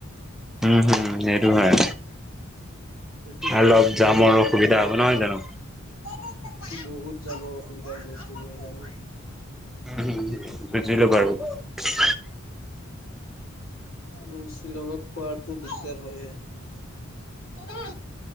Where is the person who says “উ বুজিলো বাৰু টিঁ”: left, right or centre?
Centre